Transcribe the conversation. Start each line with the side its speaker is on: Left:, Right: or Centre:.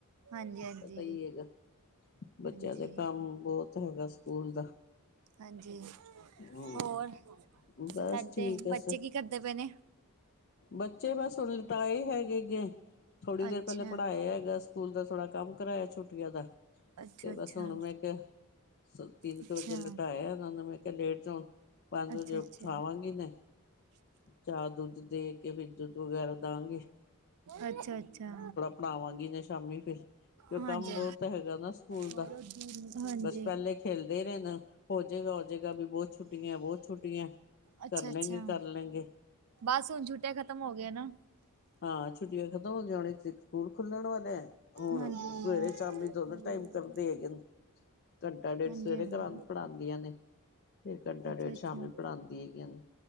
Right: ਹਾਂਜੀ ਹਾਂਜੀ
Left: ਪਤਾ ਹੀ ਹੈਗਾ, ਬੱਚਿਆਂ
Right: ਹਾਂਜੀ
Left: ਦੇ ਕੰਮ ਬਹੁਤ ਹੈਗਾ ਸਕੂਲ ਦਾ,
Right: ਹਾਂਜੀ
Left: ਹੂੰ
Right: ਹੋਰ, ਤੁਹਾਡੇ
Left: ਬਸ ਠੀਕ ਹੈ
Right: ਬੱਚੇ
Left: ਸਰ
Right: ਕੀ ਕਰਦੇ ਪਏ ਨੇ?
Left: ਬੱਚੇ ਬਸ ਲਿਟਾਏ ਹੈਗੇ। ਥੋੜ੍ਹੀ ਦੇਰ
Right: ਅੱਛਾ
Left: ਪਹਿਲੇ ਪੜ੍ਹਾਇਆ ਹੈਗਾ, ਸਕੂਲ ਦਾ ਥੋੜ੍ਹਾ ਕੰਮ ਕਰਾਇਆ ਛੁੱਟੀਆਂ ਦਾ।
Right: ਅੱਛਾ
Left: ਤੇ ਬਸ
Right: ਅੱਛਾ
Left: ਹੁਣ ਮੈਂ ਕਿਹਾ, ਤਿੰਨ
Right: ਅੱਛਾ
Left: ਵਜੇ ਲਟਾਇਆ, ਇਹਨਾਂ ਨੂੰ ਮੈਂ ਕਿਹਾ ਲੇਟ ਜਾਣ ਪੰਜ
Right: ਅੱਛਾ
Left: ਵਜੇ ਉਠਾਵਾਂਗੀ
Right: ਅੱਛਾ
Left: ਨੇ। ਚਾਹ ਦੁੱਧ ਦੇ ਕੇ ਫਿਰ ਦੁੱਧ ਵਗੈਰਾ ਦਵਾਂਗੇ।
Right: ਅੱਛਾ, ਅੱਛਾ।
Left: ਪੜਾਵਾਂਗੀ, ਨਾ ਸ਼ਾਮੀ ਫਿਰ ਕਿ
Right: ਹਾਂਜੀ
Left: ਕੰਮ ਬਹੁਤ ਹੈਗਾ ਨਾ ਸਕੂਲ
Right: ਹਾਂਜੀ
Left: ਦਾ।
Right: ਹਾਂਜੀ,
Left: ਬਸ ਪਹਿਲੇ ਖੇਲਦੇ ਰਹੇ ਨੇ, ਹੋਜਏਗਾ ਹੋਜਏਗਾ, ਵੀ ਬਹੁਤ ਛੁੱਟੀਆਂ ਬਹੁਤ ਛੁੱਟੀਆਂ
Right: ਅੱਛਾ
Left: ਕਰ ਲੈਂਗੇ
Right: ਅੱਛਾ
Left: ਕਰ ਲੈਂਗੇ।
Right: ਬਸ ਹੁਣ ਛੁਟੀਆ ਖਤਮ ਹੋ ਗਏ ਨਾ,
Left: ਹਾਂ ਛੁੱਟੀਆਂ ਖਤਮ ਹੋ ਗਈਆਂ ਹੁਣ ਇੱਕ ਸਕੂਲ ਖੁੱਲਣ ਵਾਲੇ ਐ ਹੁਣ
Right: ਹਾਂਜੀ,
Left: ਸਵੇਰੇ ਸ਼ਾਮੀ ਦੋਨੋ
Right: ਹਾਂਜੀ,
Left: ਟਾਈਮ ਕਰਦੇ ਹੈਗੇ ਨੇ ਘੰਟਾ ਡੇਢ
Right: ਹਾਂਜੀ,
Left: ਸਵੇਰੇ
Right: ਹਾਂਜੀ
Left: ਕਰਾ ਪੜ੍ਹਾਦੀਆਂ ਨੇ ਫਿਰ ਘੰਟਾ
Right: ਅੱਛਾ-ਅੱਛਾ।
Left: ਡੇਢ ਸ਼ਾਮੀ ਪੜ੍ਹਾਦੀ ਹੈਗੀਆਂ ਨੇ